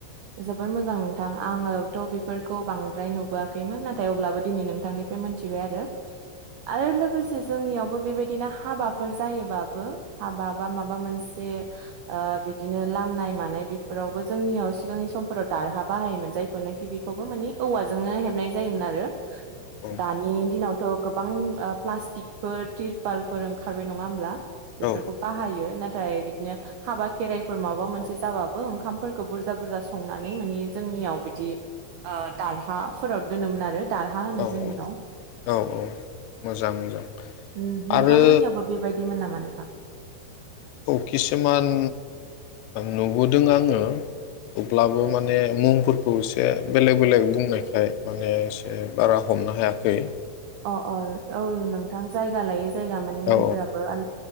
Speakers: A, on the right (about 80°); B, on the left (about 85°).
A: जोबोर मोजांमोन। नोंथां आङोथ' बेफोरखौ बांद्राय नुबोआखैमोन नाथाय अब्लाबो दिनै नोंथांनिफ्राय मोनथिबाय आरो आरो लोगोसे जोंनियावबो बेबायदिनो हाबाफोर जायोबाबो हाबा बा माबा मोनसे ओ बिदिनो लामनाय मानाय बेफोरावबो जोंनियाव सिगांनि समफोराव दारहा बाहायोमोन जायखौनोखि बेखौबो मानि औवाजोंनो हेबनाय जायोमोन आरो।
B: औ
A: दानि दिनावथ' गोबां ओ प्लास्टिकफोर तिरपालफोर ओंखारबाय नङा होमब्ला? बेफोरखौ
B: औ
A: बाहायो ना थाय बिदिनो हाबा खेराइफोर माबा मोनसे जाबाबो ओंखामफोरखौ बुरजा बुरजा संनानै माने जोंनियाव बिदि ओ दारहाफोराव दोनोमोन आरो। दारहा होनो
B: औ
A: जोंनियाव
B: औ मोजां मोजां
A: ओम नोंथांमोननियावबो
B: आरो
A: बेबायदिमोन नामा? नोंथां
B: औ किसुमान नुबोदों आङो अब्लाबो माने मुंफोरखौ एसे बेलेग बेलेग बुंनायखाय माने एसे बारा हमनो हायाखै।
A: अ अ औ नोंथां जायगा लायो जायगा माने मुंफोराबो
B: औ
A: आं